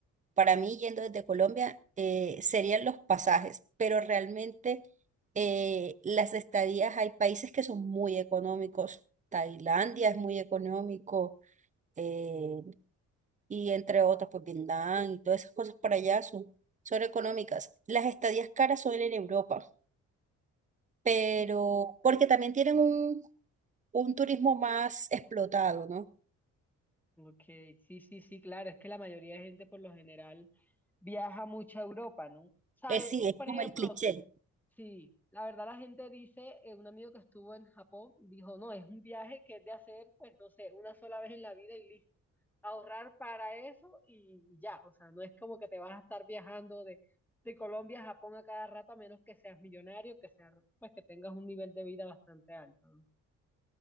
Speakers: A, on the right; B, in the centre.
A: para mí yendo desde Colombia, eh, serían los pasajes, pero realmente eh, las estadías, hay países que son muy económicos. Tailandia es muy económico eh, y entre otras, pues Vietnam y todas esas cosas para allá son, son económicas. Las estadías caras son en Europa, pero
B: sí,
A: porque también tienen un, un turismo más explotado, ¿no?
B: ok, sí, sí, sí, claro, es que la mayoría de gente por lo general viaja mucho a Europa, ¿no? O sea,
A: Que sí,
B: eh,
A: es
B: por
A: como
B: ejemplo,
A: el cliché.
B: Sí, la verdad la gente dice, eh, un amigo que estuvo en Japón dijo, no, es un viaje que es de hacer, pues no sé, una sola vez en la vida y listo. Ahorrar para eso y ya, o sea, no es como que te vas a estar viajando de, de Colombia a Japón a cada rato, a menos que seas millonario, que seas, pues que tengas un nivel de vida bastante alto, ¿no?